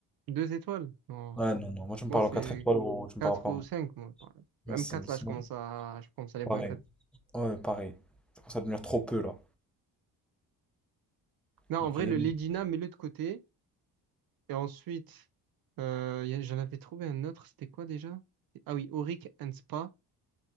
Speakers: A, on the right; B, in the centre.
A: Deux étoiles? Non.
B: Ouais, non, non. Moi, tu me
A: Moi,
B: parles
A: c'est
B: en 4 étoiles ou tu me
A: quatre
B: parles pas.
A: ou
B: moi.
A: cinq, moi. par- Même
B: Ouais, c'est
A: quatre
B: c'est
A: là, je
B: bon.
A: commence à, je commence à les
B: Pareil.
A: boycotter.
B: Ouais, pareil. Ça commence à devenir trop peu, là.
A: Non,
B: Ok.
A: en vrai,
B: Attends,
A: le Legina, mets-le de côté. Et ensuite, euh, y a- j'en avais trouvé un autre. C'était quoi déjà? Ah oui, Auric and Spa.